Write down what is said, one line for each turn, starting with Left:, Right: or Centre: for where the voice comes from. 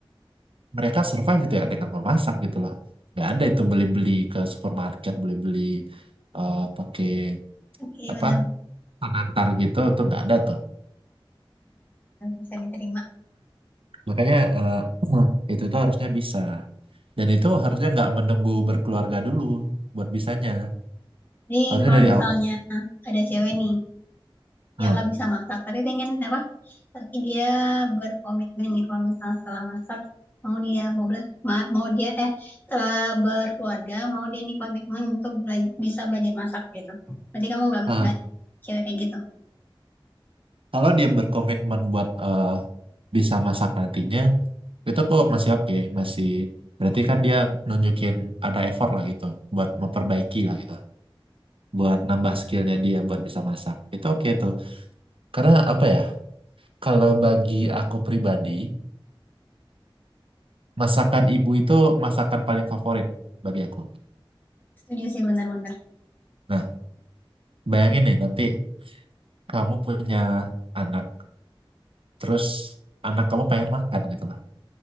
Right: mereka survive itu ya dengan memasak gitu loh nggak ada itu beli-beli ke supermarket beli-beli eh, pakai
Left: Oke,
Right: apa
Left: bener benar-benar
Right: pengantar gitu itu nggak ada tuh
Left: bisa diterima.
Right: makanya eh, <clears throat> itu tuh harusnya bisa dan itu harusnya nggak menunggu berkeluarga dulu buat bisanya
Left: Nih,
Right: harusnya
Left: kalau
Right: dari
Left: misalnya
Right: awal
Left: ada cewek nih
Right: Nah,
Left: yang nggak bisa masak, tapi pengen apa? Tapi dia berkomitmen nih kalau misalnya setelah masak mau dia mau bela, ma- mau dia eh setelah berkeluarga mau dia nih komitmen untuk bela- bisa belajar masak gitu. Berarti kamu nggak
Right: nah,
Left: nggak cewek kayak gitu.
Right: kalau dia berkomitmen buat eh, bisa masak nantinya itu kok masih oke masih berarti kan dia nunjukin ada effort lah gitu buat memperbaiki lah gitu buat nambah skillnya dia buat bisa masak. Itu oke tuh. Karena apa ya, kalau bagi aku pribadi, masakan ibu itu masakan paling favorit bagi aku.
Left: Setuju sih benar-benar.
Right: Nah, bayangin nih nanti kamu punya anak, terus anak kamu pengen makan gitu lah.